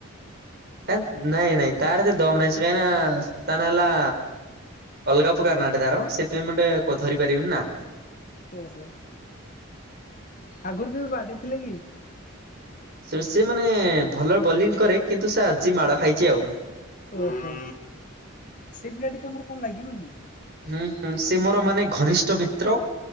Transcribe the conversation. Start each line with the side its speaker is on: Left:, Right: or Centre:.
Right: ହାକ ନାଇଁ ନାଇଁ ତାର ଏତେ ଦମନାହିଁ, ସେ କାହିଁ କି ନା ତା ନା ହେଲା ଅଲଗା ପ୍ରକାର ନା ଟା ତାର ସେଥିପାଇଁ ମୁଁ ଟିକେ ଧରି ପାରିବିନି ନା।
Left: ଓହୋ ଆଗରୁ କେବେ ବାଡେଇଥିଲେ କି?
Right: ସୁସି ମାନେ ଭଲ ବୋଲିଂ କରେ କିନ୍ତୁ ସେ ଆଜି ମାଡ ଖାଇଛି ଆଉ।
Left: ଓହୋ ସେ ପିଲାଟି ତମର କଣ ଲାଗିବ କି?
Right: ହୁଁ ହୁଁ ସେ ମୋର ମାନେ ଘନିଷ୍ଠ ମିତ୍ର